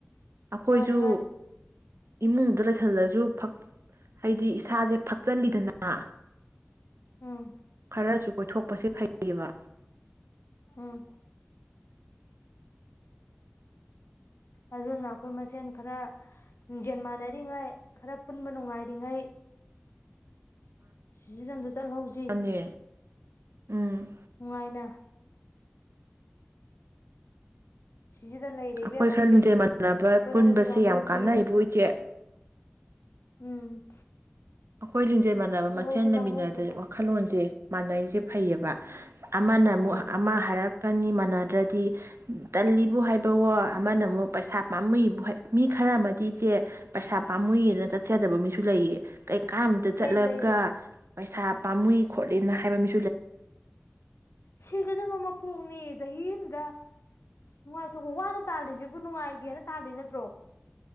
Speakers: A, on the right; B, on the left.
A: ꯑꯈꯣꯏꯁꯨ
B: ꯃꯥꯅꯤ ꯃꯥꯅꯤ
A: ꯏꯃꯨꯡꯗ ꯂꯩꯁꯜꯂꯁꯨ <unintelligible> ꯍꯥꯏꯗꯤ ꯏꯁꯥꯁꯦ ꯐꯛꯆꯜꯂꯤꯗꯅ
B: ꯎꯝ
A: ꯈꯔꯁꯨ ꯑꯣꯏꯊꯣꯛꯄꯁꯦ ꯐꯩꯌꯦꯕ
B: ꯎꯝ ꯑꯗꯨꯅ ꯑꯈꯣꯏ ꯃꯁꯦꯟ ꯈꯔ ꯂꯤꯡꯖꯦꯜ ꯃꯥꯟꯅꯔꯤꯉꯩ ꯈꯔ ꯄꯨꯟꯕ ꯅꯨꯡꯉꯥꯏꯔꯤꯉꯩ <unintelligible> ꯆꯠꯍꯧꯖꯤ
A: ꯃꯥꯅꯦ ꯎꯝ
B: ꯅꯨꯡꯉꯥꯏꯅ ꯁꯤꯁꯤꯗ ꯂꯩꯔꯦ ꯏꯕꯦꯝꯃ
A: ꯑꯈꯣꯏ ꯈꯔ
B: ꯑꯩꯗꯤ
A: ꯂꯤꯡꯖꯦꯜ ꯃꯥꯟꯅꯕ
B: ꯀꯣꯏꯍꯧꯁꯤ
A: ꯄꯨꯟꯕꯁꯦ
B: ꯂꯥꯡꯍꯧꯁꯤꯅ
A: ꯌꯥꯝ ꯀꯥꯟꯅꯩꯕꯨ ꯏꯆꯦ
B: ꯎꯝ
A: <unintelligible> <unintelligible> ꯃꯥꯟꯅꯕ ꯃꯁꯦꯟ
B: ꯀꯣꯏꯍꯧꯁꯤ
A: ꯂꯩꯃꯤꯟꯅꯗ
B: ꯂꯥꯡꯍꯧꯁꯤꯅ
A: ꯋꯥꯈꯜꯂꯣꯟꯁꯦ ꯃꯥꯟꯅꯩ <unintelligible> ꯐꯩꯌꯦꯕ ꯑꯃꯅ ꯑꯃꯨꯛ
B: ꯑꯥ
A: ꯑꯃ ꯍꯥꯏꯔꯛ ꯀꯟꯅꯤ ꯃꯥꯟꯅꯗ꯭ꯔꯗꯤ ꯇꯜꯂꯤꯕꯨ ꯍꯥꯏꯕꯋꯣ ꯑꯃꯅ ꯑꯃꯨꯛ ꯄꯩꯁꯥ ꯄꯥꯝꯃꯨꯏꯕꯨ ꯃꯤ ꯈꯔ ꯑꯃꯗꯤ ꯏꯆꯦ ꯄꯩꯁꯥ ꯄꯥꯝꯃꯨꯏꯌꯦꯅ ꯆꯠꯆꯗꯕ ꯃꯤꯁꯨ ꯂꯩꯌꯦ <unintelligible> ꯀꯩꯀꯥꯝꯗ ꯆꯠꯂꯒ
B: ꯂꯩ ꯂꯩ ꯂꯩ
A: ꯄꯩꯁꯥ ꯄꯥꯝꯃꯨꯏ ꯈꯣꯠꯂꯤꯅ ꯍꯥꯏꯕ ꯃꯤ
B: ꯁꯤꯒꯗꯕ ꯃꯄꯣ ꯍꯣꯡꯅꯤ ꯆꯍꯤ ꯑꯝꯗ ꯅꯨꯡꯉꯥꯏꯊꯣꯛꯄ ꯋꯥꯅ ꯇꯥꯜꯂꯤꯁꯤꯕꯨ ꯅꯨꯡꯉꯥꯏꯒꯦꯅ ꯇꯥꯜꯂꯤ ꯅꯠꯇ꯭ꯔꯣ꯫